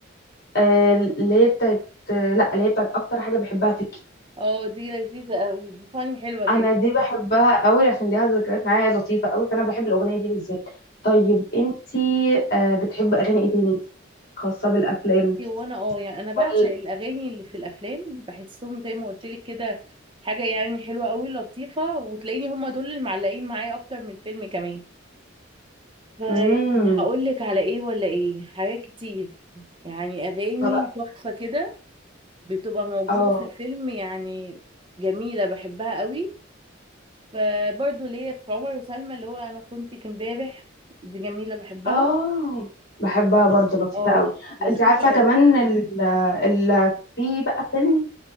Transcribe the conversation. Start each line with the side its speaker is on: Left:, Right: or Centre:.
Left: آه، اللي هي بتاعت آه لا اللي هي بتاعت اكتر حاجه بحبها فيكي
Right: اه دي لذيذه قوي دي فاني حلوه كده
Left: انا دي بحبها قوي عشان ليها ذكريات معايا لطيفه قوي فانا بحب الاغنيه دي بالذات طيب انت آه بتحب اغاني ايه تاني خاصه بالافلام
Right: هو انا اه يعني انا بعشق
Left: وال...
Right: الاغاني اللي في الافلام بحسهم زي ما قلت لك كده حاجه يعني حلوه قوي لطيفه وتلاقيني هما دول اللي معلقين معايا اكتر من الفيلم كمان فيعني
Left: امم
Right: هقول لك على ايه ولا ايه حاجات كتير يعني اغاني
Left: طبق
Right: تحفه كده بتبقى موجوده
Left: اه
Right: في الفيلم يعني جميله بحبها قوي فبرضه ليا في عمر وسلمى اللي هو انا كنتك امبارح دي جميله بحبها
Left: اه بحبها برضه لطيفة
Right: اه
Left: قوي
Right: لطيفة
Left: انت عارفة
Right: قوي
Left: كمان ال... ال... في بقى فيلم